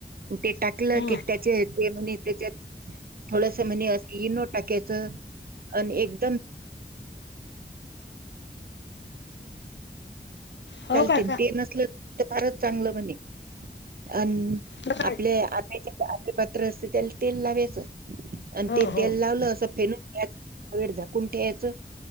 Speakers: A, on the right (about 55°); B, on the left (about 80°).
A: उके टाकलं
B: हम्म
A: की त्याचे ते म्हणेत त्याच्यात थोडसा म्हणे असं इनो टाकायचं आणि एक
B: हो काय
A: <unintelligible>
B: का
A: नसलं तर फारच चांगलं बने आन
B: काय
A: आपल्या आणायच्या <inaudible> पत्र असते त्याला तेल लावयचं अन
B: हो
A: तेल
B: हो
A: लावलं असं फेनून‌ घ्यायचं. वेळ झाकून ठेवायचं.